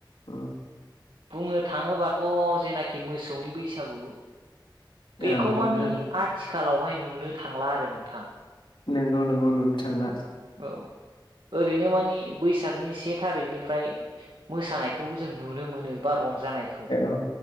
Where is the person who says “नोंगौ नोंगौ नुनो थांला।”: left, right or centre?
Left